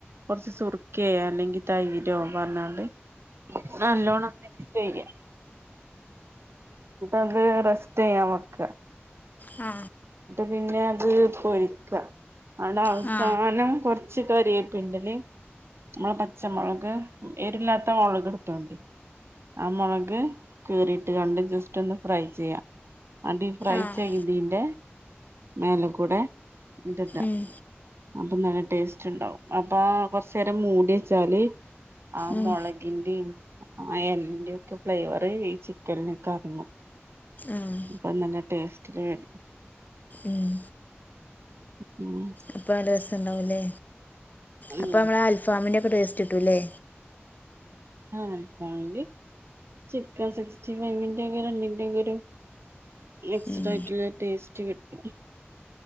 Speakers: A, on the right; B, on the left.
A: കുറച്ച് സുറുക്കയ അല്ലെങ്കി തൈരോ പാർന്നാണ്ട് നല്ലൺ പ്പയ അത് റസ്റ്റ് ചെയ്യാൻ വക്ക
B: ആ
A: പിന്നെ അത് പൊരിക്ക ആണ്ട് അവസാനം
B: നമ്മളെ സാധാ അരിപ്പൊടിയില്ലേ ആഹ് ആഹ്
A: കുറച്ച് കരിയെപിൻ്റലിം നമ്മള പച്ചമുളക് എരുല്ലാത്ത മുളക് ഇടുത്തൊണ്ടി ആ മുളക് കീറിയിട്ട്കാണ്ട് ജസ്റ്റ് ഒന്ന് ഫ്രൈ ചെയ്യാ ആണ്ടി ഫ്രൈ
B: ആഹ്
A: തീന്റെ മേല കുടെ ഇത് ടാ
B: ഉം
A: അ അ ടേസ്റ്റ് ഉണ്ടാവും പ്പാ കൊറച്ചേരം മൂടിയേച്ചാല് ആ
B: ഉം
A: മുളകിൻ്റിം ആ എലന്റോക്കെ ഫ്ലേവറ് ഈ ചിക്കൻലൊക്കെ എർങ്ങും
B: ആഹ്
A: അപ്പൊ നല്ല ടേസ്റ്റ് ഉം
B: ഉം
A: ഊം
B: അപ്പൊ നല്ല രസ ഉണ്ടാവു ലേ
A: ഉം
B: അപ്പൊ നമ്മള ആ അൽഫാമിന്റെ ഒക്കെ ടേസ് രുല്ലേ
A: ആഹ് <unintelligible> ചിക്കൻ സിക്സ്റ്റി ഫൈവ്ന്റെ ക്കെ രണ്ടിന്റെക്കൊരു മിക്സ്ഡായിട്ടുള്ള
B: ഉം
A: ഒരു ടേസ്റ്റ് കിട്ടും